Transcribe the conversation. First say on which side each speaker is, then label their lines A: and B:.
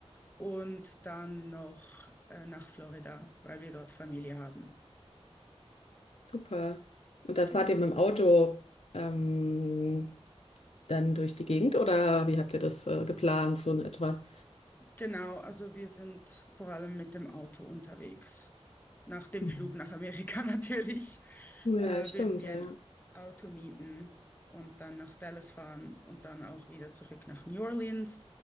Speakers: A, on the left; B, on the left.
A: Und dann noch äh, nach Florida, weil wir dort Familie haben.
B: Super. Und dann
A: Genau.
B: fahrt ihr mit dem Auto ähm, dann durch die Gegend oder wie habt ihr das äh, geplant, so in etwa?
A: Genau, also wir sind vor allem mit dem Auto unterwegs. Nach dem
B: Mhm.
A: Flug nach Amerika <laughs> natürlich
B: Ja,
A: äh,
B: stimmt,
A: werden wir
B: ja.
A: ein Auto mieten und dann nach Dallas fahren und dann auch wieder zurück nach New Orleans